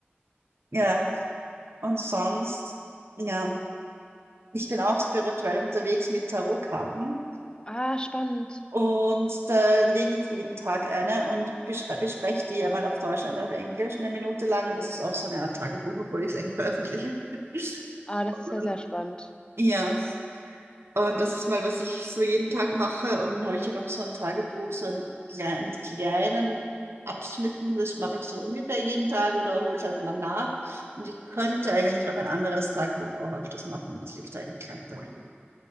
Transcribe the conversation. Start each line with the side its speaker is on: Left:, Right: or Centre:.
Right: Ja, und sonst, ja. Ich bin auch spirituell unterwegs mit Tarotkarten
Left: Ah, spannend.
Right: und da lege ich jeden Tag eine und beschrei- bespreche die einmal auf Deutsch, einmal auf Englisch, eine Minute lang. Und das ist auch so eine Art Tagebuch, obwohl ich es eigentlich veröffentliche. <laughs>
Left: Ah, das ist ja
Right: Und,
Left: sehr spannend.
Right: ja, und das ist mal, was ich so jeden Tag mache. Und dann habe ich hier noch so ein Tagebuch, so ein klei- mit kleinen Abschnitten. Das mache ich so ungefähr jeden Tag oder hole es halt dann nach. Und ich könnte eigentlich noch ein anderes Tagebuch auch öfters machen. Das liegt eigentlich gleich dahin.